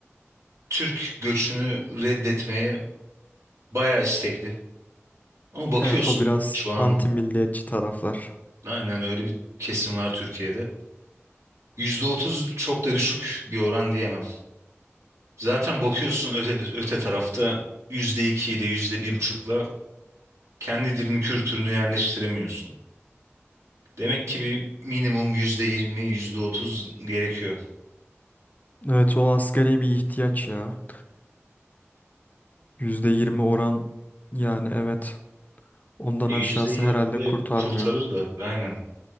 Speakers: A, on the right (about 85°); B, on the left (about 35°).
A: Türk göçünü reddetmeye bayağı istekli. Ama bakıyorsun
B: Evet o biraz
A: şu an
B: anti milliyetçi taraflar.
A: Aynen öyle bir kesim var Türkiye'de. %30 çok da düşük bir oran diyemem. Zaten bakıyorsun öte, öte tarafta %2 ile yüzde bir buçukla kendi dilini kültürünü yerleştiremiyorsun. Demek ki bir minimum yüzde yirmi yüzde otuz gerekiyor.
B: Evet o asgari bir ihtiyaç ya. yüzde yirmi oran yani evet ondan
A: E
B: aşağısı
A: yüzde yirmi
B: herhalde
A: de
B: kurtarmıyor.
A: kurtarır da aynen.